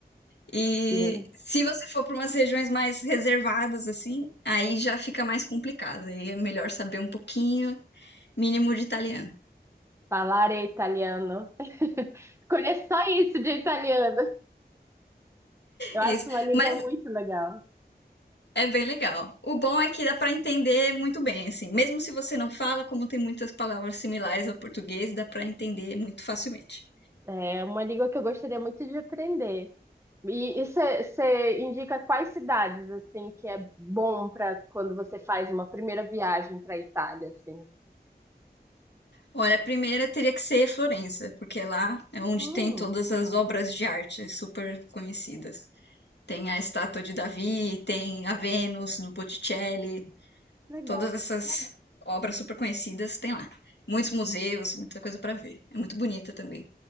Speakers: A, on the left; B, on the right.
A: E
B: Sim,
A: se você for para umas regiões mais reservadas, assim, aí já fica mais complicado. Aí é melhor saber um pouquinho, mínimo de italiano.
B: falar italiano. <laughs> Conheço só isso de italiano. Eu acho
A: Isso,
B: uma língua
A: mas
B: muito legal.
A: é bem legal. O bom é que dá para entender muito bem, assim. Mesmo se você não fala, como tem muitas palavras similares ao português, dá para entender muito facilmente.
B: É uma língua que eu gostaria muito de aprender. E você indica quais cidades assim que é bom para quando você faz uma primeira viagem para Itália assim?
A: Olha, a primeira teria que ser Florença, porque lá é onde
B: Hum,
A: tem todas as obras de arte super conhecidas. Tem a estátua de Davi, tem a Vênus do Botticelli,
B: legal.
A: todas essas obras super conhecidas tem lá. Muitos museus, muita coisa para ver. É muito bonita também.